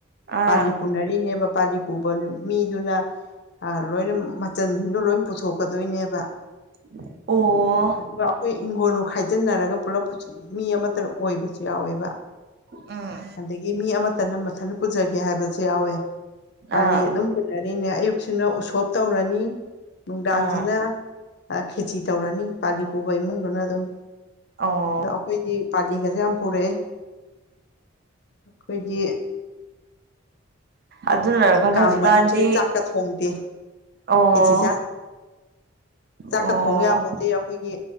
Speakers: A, on the right; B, on the left.
A: ꯑꯥ
B: ꯄꯥꯂꯤ ꯄꯨꯨꯅꯔꯤꯅꯦꯕ ꯄꯥꯂꯤ ꯄꯨꯕ ꯃꯤꯗꯨꯅ ꯂꯣꯏꯅ ꯃꯆꯟꯁꯤꯡꯗꯣ ꯂꯣꯏ ꯄꯨꯊꯣꯛꯀꯗꯣꯏꯅꯦꯕ
A: ꯑꯣ
B: ꯑꯗꯨꯒ ꯑꯩꯈꯣꯏ ꯏꯪꯈꯣꯜꯅ ꯈꯥꯏꯖꯤꯟꯅꯔꯒ ꯄꯨꯂꯞ ꯃꯤ ꯑꯃꯇ ꯑꯣꯏꯕꯁꯨ ꯌꯥꯎꯋꯦꯕ
A: ꯎꯝ
B: ꯑꯗꯒꯤ ꯃꯤ ꯑꯃꯠꯇꯅ ꯃꯊꯟꯗ ꯄꯨꯖꯒꯦ ꯍꯥꯏꯕꯁꯨ ꯌꯥꯎꯋꯦ
A: ꯑꯥ
B: ꯄꯥꯂꯤ ꯑꯗꯨꯝ ꯄꯨꯅꯔꯤꯅꯦ ꯑꯌꯨꯛꯁꯤꯅ ꯎꯁꯣꯞ ꯇꯧꯔꯅꯤ ꯅꯨꯡꯗꯥꯡꯁꯤꯅ
A: ꯑꯥ
B: ꯈꯦꯆꯤ ꯇꯧꯔꯅꯤ ꯄꯥꯂꯤ ꯄꯨꯕ ꯏꯃꯨꯡꯗꯨꯅ ꯑꯗꯨꯝ
A: ꯑꯣ
B: ꯑꯗꯣ ꯑꯩꯈꯣꯏꯗꯤ ꯄꯥꯂꯤꯒꯁꯦ ꯌꯥꯝ ꯄꯨꯔꯛꯑꯦ ꯑꯩꯈꯣꯏꯗꯤ
A: ꯑꯗꯨꯅꯔ ꯈꯪꯗꯦ
B: ꯀꯥꯡ
A: ꯍꯧꯖꯤꯛꯀꯥꯟꯗꯤ
B: ꯃꯅꯨꯡꯁꯤꯗ ꯆꯥꯛꯀ ꯊꯣꯡꯗꯦ
A: ꯑꯣ
B: ꯈꯦꯆꯤ ꯆꯥ ꯆꯥꯛꯀ
A: ꯑꯣ
B: ꯊꯣꯡ ꯌꯥꯄꯣꯠꯇꯦ ꯑꯩꯈꯣꯏꯒꯤ